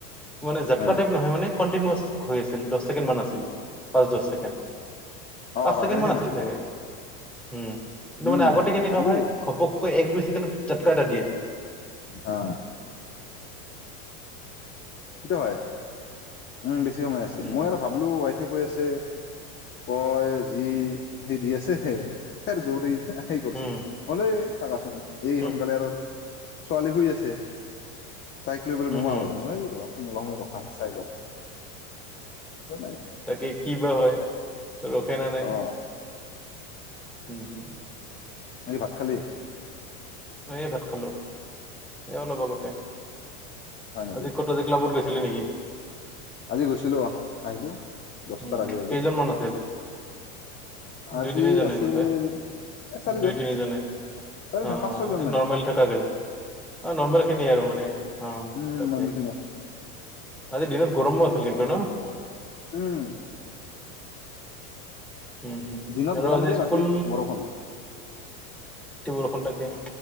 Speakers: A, in the centre; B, on the left.
A: মানে জাতকা
B: অ
A: টাইপ নহয় মানে কণ্টিনিআচ হৈ আছিল দহ ছেকেণ্ড মান আছিল পাঁচ দছ ছেকেণ্ড
B: অ
A: পাঁচ ছেকেণ্ড
B: অ সেনেকে
A: মান
B: নাছিল
A: আছিল চাগে
B: অ
A: উম কিন্তু
B: উম
A: মানে আগতে কেনেকুৱা
B: বোলো
A: হয় ঘপক এক দুই ছেকেন্ড জটকা এটা দিয়ে
B: অ সেইটো হয় উম বেছি সময় আছিল
A: হুম
B: মই আৰু ভাবিলো ৱাইফে কৈ আছে কয় যি সেই দি আছে কে দৌৰি এই কৰছে
A: হুম
B: মলে থাকাচোন এই
A: হুম
B: সোনকালে আৰু ছোৱালী শুই আছে তাইক লৈ পেললে
A: হুম
B: নোমাবলে
A: হুম
B: <inaudible> নকওঁ ৰখা চাই লওঁ। নাই
A: তাকে কি বা হয়। ৰখে না নাই
B: অ
A: উম হ
B: অই ভাত খালি?
A: ময় ভাত খালো সেয়া অলপ আগতে
B: হয় নেকি
A: আজি ক'ত আজি ক্লাবত গৈছিলে নেকি?
B: আজি গৈছিলো আহিলো দহটাৰ
A: উ
B: আগে আগে
A: কেইজনমানান আছিল
B: আজি
A: দুই তিনি জনে
B: আছিল
A: বুধহয়
B: এ চাৰিজন
A: দুই তিনি জনে
B: চাৰি নহয়
A: অ
B: পাঁচ ছয়জন মান
A: নৰ্মেল থকা কেইজন অ নৰ্মেল খিনিয় আৰু মানে অ
B: উম
A: তাকে
B: নৰ্মেল খিনিয়ে
A: আজি দিনত গৰম অহ আছিল টো ন
B: উম
A: উম হম
B: দিনত
A: আৰু
B: গৰম
A: আজি
B: দিয়ে
A: স্কুল
B: ৰাতি বৰষুণ
A: বৰষুণ তাকে